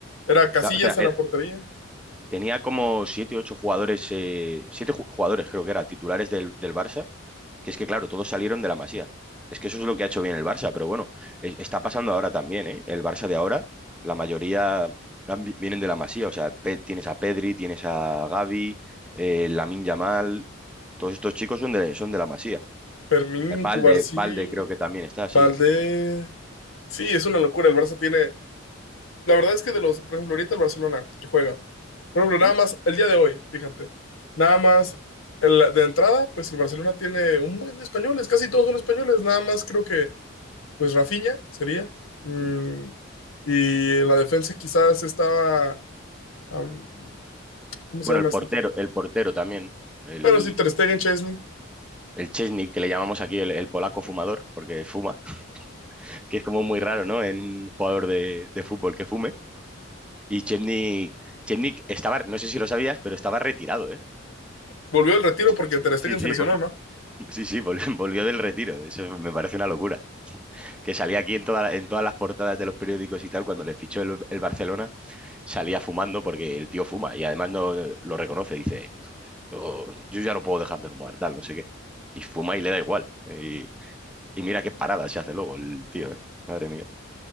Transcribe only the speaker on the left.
era Casillas
en la portería,
Fermín,
Cubarsí,
Valdés.
Sí, es una locura, el Barça tiene... La verdad es que de los, por ejemplo, ahorita el Barcelona que juega, por ejemplo, nada
más el día de hoy, fíjate, nada más el- de entrada, pues el Barcelona tiene un buen de españoles, casi todos son españoles, nada más creo que, pues Rafinha sería. mm,
y en la defensa quizás estaba... am, ¿Cómo
se llama
este
Pero sí, Ter Stegen, Chesney.
Volvió al retiro
porque Ter Stegen
se lesionó,
¿no?